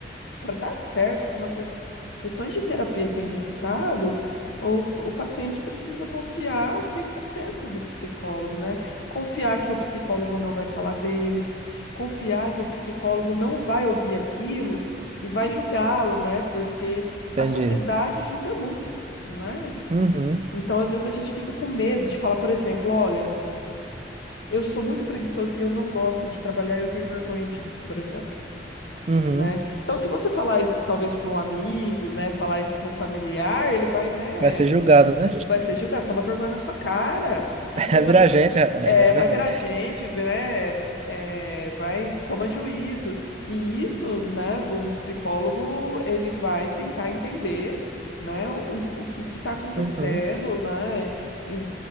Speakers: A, on the left; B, on the right.
A: para dar certo, para umas ses- sessões de terapia ter resultado, o, o paciente precisa confiar 100% no psicólogo, né? Confiar que o psicólogo não vai falar dele, confiar que o psicólogo não vai ouvir aquilo e vai julgá-lo, né? Porque a
B: Entendi.
A: sociedade julga muito, né?
B: Uhum,
A: Então, às vezes, a gente fica com medo de falar, por exemplo, olha. Eu sou muito preguiçoso e eu não gosto de trabalhar e eu tenho vergonha disso, por exemplo,
B: uhum.
A: né? Então, se você falar isso talvez para um amigo, né, falar isso para um familiar, ele vai, né,
B: Vai ser julgado, né?
A: vai ser julgado, toma vergonha na sua cara, que
B: <laughs>
A: coisa,
B: Vai virar
A: f-
B: gente, rapaz,
A: é,
B: é verdade.
A: vai virar gente, né, é, vai, toma juízo. E isso, né, um psicólogo, ele vai tentar entender, né, o, o que que está acontecendo,
B: Uhum.
A: né, e-